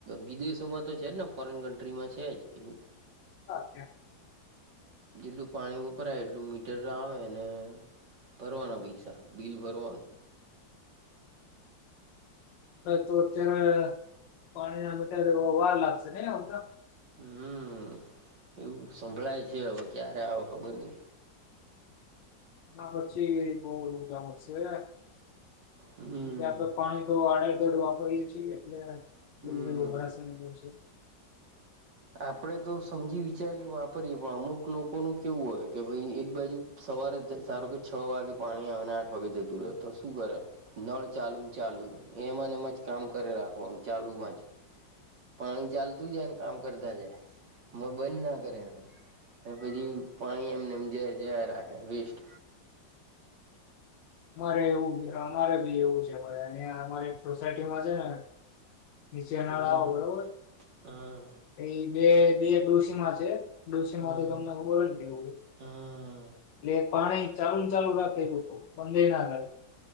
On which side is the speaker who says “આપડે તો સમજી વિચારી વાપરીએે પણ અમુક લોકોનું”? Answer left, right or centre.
Right